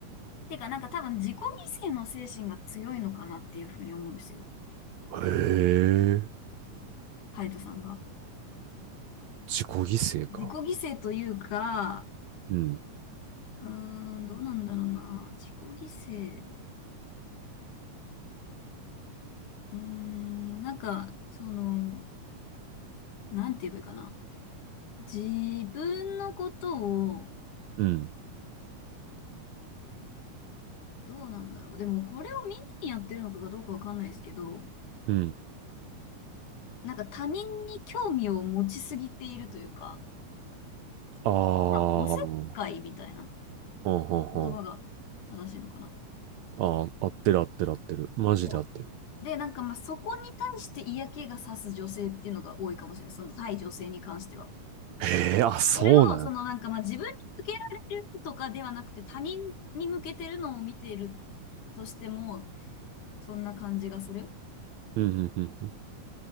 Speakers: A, on the left; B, on the right.
A: てか、なんか多分自己犠牲の精神が強いのかなっていうふうに思うんですよ。
B: え、
A: ハヤトさんが。
B: 自己犠牲か。
A: 自己犠牲というか、
B: うん、
A: うーん、どうなんだろうな。自己犠牲。うーん、なんか、その、なんて言えばいいかな。自分のことを
B: うん、
A: どうなんだろう。でも、これをみんなにやってるのかどうかわかんないですけど、
B: うん。
A: なんか他人に興味を持ちすぎているというか、
B: あ
A: まあ、おせっかいみたいな
B: あ、うんうんうん。
A: 言葉が正しいのかな。
B: ああうんうんんああ合ってる合ってる合ってる。マジで合ってる。
A: そう。で、なんかまあ、そこに対して嫌気がさす女性っていうのが多いかもしれない。その対女性に関しては。
B: へえ、あ、そうなん。
A: それを、そのなんかまあ、自分に向けられるとかではなくて、他人に向けてるのを見ているとしても、そんな感じがする。
B: うんうんうんうん。